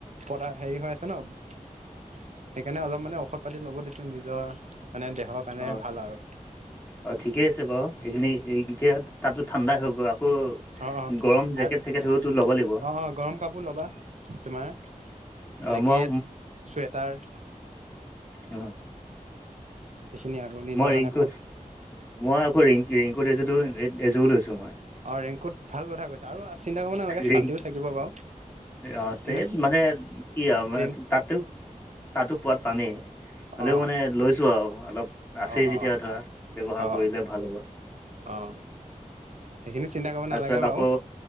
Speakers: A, on the right; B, on the left.
A: পদা-হেৰি হৈ আছে ন। সেইকাৰণে অলপ মানে ঔষধ পাতি ল'ব দিছো নিজৰ মানে দেহৰ কাৰণে
B: অ
A: ভাল আৰু।
B: অ, ঠিকেই আছে বাৰু, এইখিনি এতিয়া তাতো ঠাণ্ডাই হৈ গ'ল কৌ,
A: অ অ
B: গৰম জেকেট-চেকেট
A: আৰু
B: সেইতো ল'ব লাগিব।
A: অ অ গৰম কাপোৰ ল'বা, তোমাৰ
B: অ
A: জেকেট
B: মই
A: চুৱেটাৰ
B: উম,
A: সেইখিনি আৰু নিজৰ
B: মই ৰেংকুট
A: কাৰণে ভাল
B: মই, আকৌ ৰিংকুট এজো-এজোৰ লৈছো মই।
A: অ, ৰেংকুত ভাল কথা কৈছে আৰু চিন্তা কৰিব নালাগে
B: ৰেইন
A: ছাতিও থাকিব বাৰু।
B: অ, ত,
A: কিন্তু
B: মানে কি আৰু
A: ৰেং
B: তাতো-তাতো পোৱাত পামেই। হ'লেও
A: অ
B: মানে লৈছোঁ আৰু, অলপ আছেই
A: অ
B: যেতিয়া
A: অ
B: ধৰা। ব্যৱহাৰ
A: অ অ
B: কৰিলে ভাল হ'ব।
A: অ, সেইখিনি চিন্তা
B: তাৰপিছত
A: কৰিব নালাগে বাৰু।
B: আকৌ